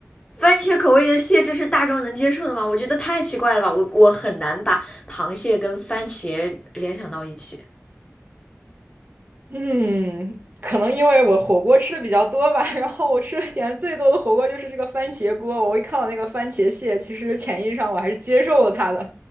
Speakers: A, on the left; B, on the right.
A: 番茄口味的蟹，这是大众能接受的吗？我觉得太奇怪了吧，我我很难把螃蟹跟番茄联想到一起。
B: 嗯，可能因为我火锅吃的比较多吧，<laughs> 然后我吃的点最多的火锅就是这个番茄锅。我一看到那个番茄蟹，其实潜意识上我还是接受了它的，